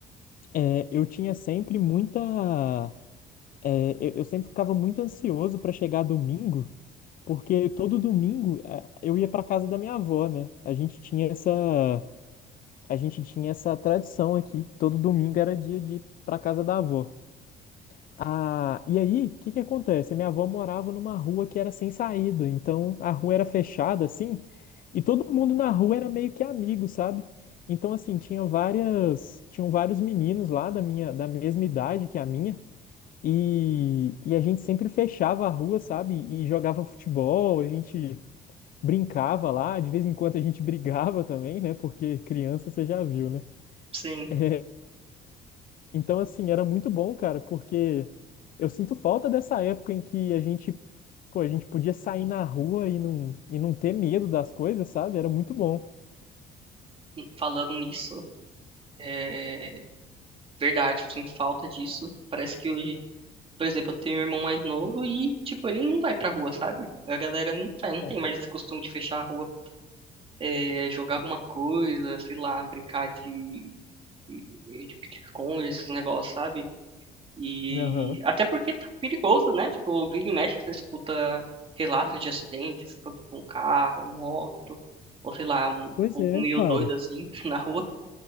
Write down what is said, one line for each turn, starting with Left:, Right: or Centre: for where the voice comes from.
Left: É, eu tinha sempre muita. é, eu, eu sempre ficava muito ansioso pra chegar domingo Porque todo domingo eh, eu ia para casa da minha avó, né? A gente tinha essa a gente tinha essa tradição aqui. Todo domingo era dia de ir para casa da avó. Ah, e aí, o que que acontece? Minha avó morava numa rua que era sem saída, então a rua era fechada assim, e todo mundo na rua era meio que amigo, sabe? Então assim, tinha várias, tinham vários meninos lá da minha da mesma idade que a minha. E, e a gente sempre fechava a rua, sabe? E jogava futebol, a gente brincava lá, de vez em quando a gente <laughs> brigava também, né? Porque criança você já viu, né?
Right: Sim,
Left: É, Então, assim, era muito bom, cara, porque eu sinto falta dessa época em que a gente, pô, a gente podia sair na rua e não, e não ter medo das coisas, sabe? Era muito bom.
Right: falando nisso, é verdade, eu sinto falta disso. Parece que hoje, por exemplo, eu tenho um irmão mais novo e, tipo, ele não vai pra rua, sabe? A galera não vai, não tem
Left: Aham.
Right: mais esse costume de fechar a rua, é, jogar alguma coisa, sei lá, brincar de, de, de pique-esconde, esses negócios, sabe? E
Left: Aham.
Right: até porque tá perigoso, né? Tipo, vira e mexe, você escuta relatos de acidentes, tanto com carro, moto, ou sei lá, um
Left: Pois
Right: povo
Left: é,
Right: meio
Left: cara.
Right: doido assim <laughs> na rua.